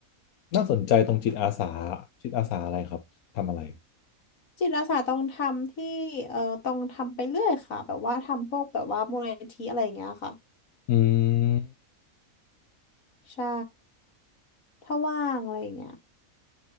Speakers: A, on the left; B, on the left.
A: น่าสนใจตรงจิตอาสาจิตอาสาอะไรครับ ทำอะไร
B: จิตอาสาต้องทำที่เอ่อต้องทำไปเรื่อยค่ะแบบว่าทำพวกแบบว่ามูลนิธิอะไรอย่างเงี้ยค่ะ
A: อืม
B: ใช่ถ้าว่างอะไรอย่างเงี้ย